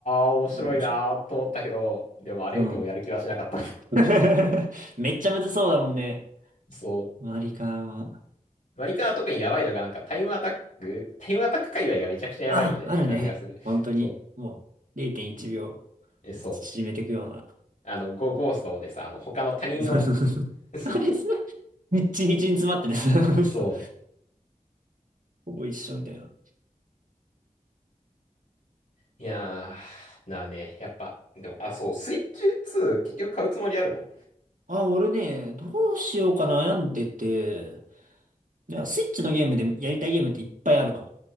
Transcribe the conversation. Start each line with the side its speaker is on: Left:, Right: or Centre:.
Left: あ、面白いなーと思ったけど、
Right: これ面白い。
Left: でもあれ見てもやる気はしなかった。
Right: うん。<laughs> めっちゃむずそうだもんね。
Left: <laughs> そ
Right: 周りからは、
Left: う。マリカは特にやばいのがなんかタイムアタック、タイムアタック界隈がめちゃくちゃやばいよねって感じがする。
Right: あ、あるね。本当に、
Left: そう。
Right: もう0.1秒縮めていくような。
Left: え、そう。あの、ゴ、ゴーストでさ、あの、他の他人の、
Right: <laughs> そうそうそうそうあれ、
Left: <laughs>
Right: それ、日にちみちに詰まってて、その人
Left: そう。
Right: ほぼ一緒みたいな。
Left: いやー、なあね、やっぱ。でも、あ、そう、スイッチ2、結局買うつもりあるの
Right: あ、俺ね、どうしようか悩んでて、いや、スイッチのゲームでやりたいゲームっていっぱいあるの。